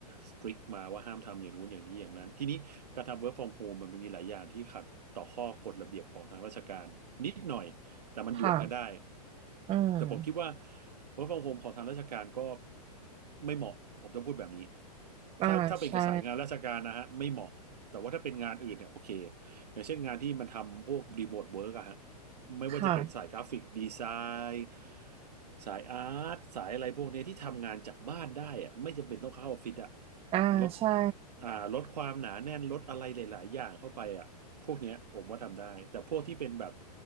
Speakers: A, on the right; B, on the right.
A: สตริกมาว่าห้ามทำอย่างนู้นอย่างนี้อย่างนั้นทีนี้การทำ work from home มันมีหลายอย่างที่ขัดต่อข้อกฎระเบียบของทางราชการนิดหน่อย แต่มันหยวนกันได้
B: ค่ะอืม
A: แต่ผมคิดว่า work from home ของทางราชการก็ไม่เหมาะผมจะพูดแบบนี้
B: อ่าใช่
A: ถ้าถ้าเป็นกับสายงานราชการนะฮะไม่เหมาะแต่ว่าถ้าเป็นงานอื่นเนี่ยโอเคอย่างเช่นงานที่มันทำพวกรีโมทเวิร์กอะฮะไม่ว่าจะเป็นสายกราฟิกดีไซ
B: ค่ะ
A: น์สายอาร์ตสายอะไรพวกเนี้ยที่ทำงานจากบ้านได้อะไม่จำเป็นต้องเข้าออฟฟิศอะ
B: อ่าใช่
A: ลด อ่าลดความหนาแน่นลดอะไรหลายๆอย่างเข้าไปอ่ะพวกเนี้ยผมว่าทำได้แต่พวกที่เป็นแบบ